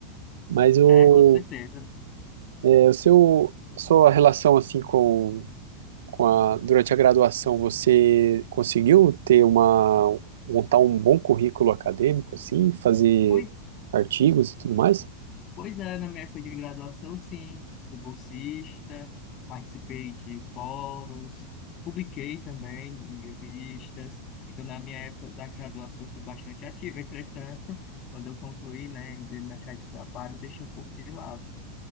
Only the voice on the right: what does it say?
Mas o,
é, o seu, sua relação, assim, com com a- durante a graduação, você conseguiu ter uma, montar um bom currículo acadêmico, assim, fazer
artigos e tudo mais?